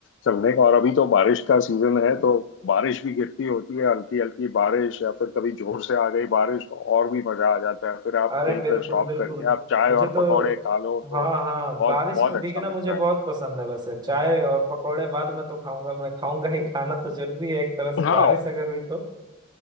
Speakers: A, on the left (about 65°); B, on the right (about 20°).
A: चलने का और अभी तो बारिश का सीजन है तो बारिश भी गिरती होती है हल्की हल्की बारिश या फिर कभी जोर से आ गई बारिश तो और भी मजा आ जाता है फिर आप
B: अरे
A: कहीं
B: बिल्कुल
A: पर स्टॉप
B: बिल्कुल
A: करके आप चाय
B: मुझे
A: और
B: तो
A: पकौड़े खा लो तो
B: हाँ हाँ
A: बहुत
B: बारिश
A: बहुत
B: में भीगना
A: अच्छा लगता
B: मुझे बहुत
A: है
B: पसंद है वैसे चाय और पकौड़े बाद में तो खाऊंगा मैं खाऊंगा ही खाना तो जरूरी है एक तरह से
A: हाँ
B: बारिश अगर हुई तो